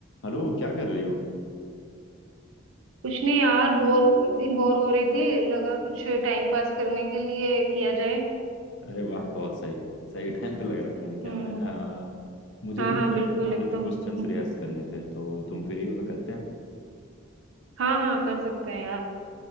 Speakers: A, on the left (about 60°); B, on the right (about 85°).
A: Hello क्या कर रही हो
B: कुछ नहीं यार बोर हो रही थी बोर हो रही थी लगा कुछ टाइम पास करने के लिए किया जाए
A: अरे वाह बहुत सही सही टाइम पे लग रहा है फोन किया
B: हम्म
A: मैंने अ, मुझे
B: हाँ
A: कुछ
B: हाँ
A: जनरल
B: बिल्कुल
A: नॉलेज
B: एकदम
A: क्वेश्चंस
B: <laughs>
A: रिहर्स करने थे तो तुम फ्री हो तो करते हैं
B: हाँ हाँ कर सकते हैं यार